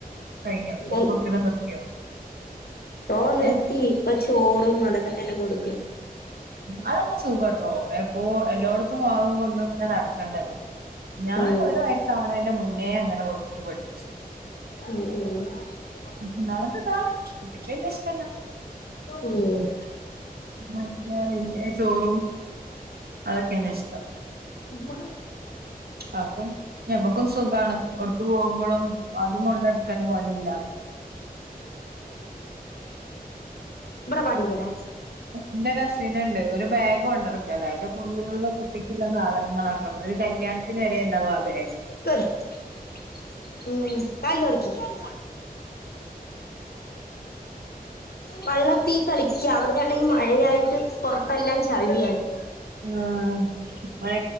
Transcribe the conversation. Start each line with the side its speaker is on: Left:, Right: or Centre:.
Right: കഴിഞ്ഞോ കുർക്ക്
Left: ഉം
Right: കൊടുക്കല് നിർത്തിയോ
Left: ഓ നിർത്തി
Right: ഏഹ്
Left: ഇപ്പ ചോറും അതൊക്കെ തന്നെ കൊടുക്കും
Right: അതൊക്കെ സുഗാട്ടോ എപ്പോ എല്ലോട്ത്തും <unintelligible> കൊണ്ടും ങ്ങ നട്ക്കണ്ടല്ലോ ഞാൻ
Left: ഉം
Right: ഒരു വയസ്സാവ്ണെന്റെ മുന്നേ അങ്ങനെ കൊട്ത്ത് പഠിപ്പിച്
Left: ഉം ഉം
Right: ഒന്നാമത് ഇതാണ് കുട്ടിക്ക് വല്യ ഇഷ്ടല്ല
Left: ഉം
Right: മ <unintelligible> വല്ല്യ ചോറും അതൊക്കെണ് ഇഷ്ടം
Left: മ്മ ഹ്
Right: അപ്പം ഞമ്മക്കും സുഗാണ് ഒട്ക്ക് പോവുമ്പളും അതും കൊണ്ടട്ക്ക്ണ പണിയല്ല
Left: ആ
Right: ഇന്റെ കസിന് ഇണ്ട് ഓല് ബെഗ് കൊണ്ടട്ക്കല അയില് ഫുള്ള് കുട്ടി ട്ടിന്റെ സാധനങ്ങളക്കാര ഒരു കല്യാൺത്തിന് വരെ ഇണ്ടാവും ആ ബേഗ്
Left: <unintelligible> വള്ളത്തീ കളിക്ക്യ അവടെയാണെങ്കി മഴയായിട്ട് പൊർത്തെല്ലാം ചളിയാണ്
Right: ആഹ് മ